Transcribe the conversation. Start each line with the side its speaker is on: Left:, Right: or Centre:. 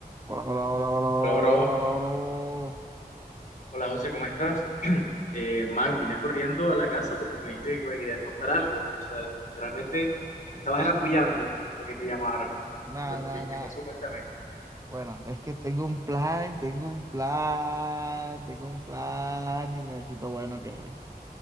Right: Hola, hola, hola, hola, hola,
Left: Hola, bro.
Right: hola, hola, hola, bro.
Left: Hola, José, ¿cómo estás? <clears throat> Eh, man, vine corriendo a la casa porque me dijiste que me querías contar algo. O sea, literalmente me estabas era apoyando para que te llamara.
Right: Nada,
Left: ¿Qué, me-
Right: nada,
Left: qué-
Right: nada.
Left: qué pasó? Cuéntame.
Right: Bueno, es que tengo un plan, tengo un plan, tengo un plan y necesito, bueno, que,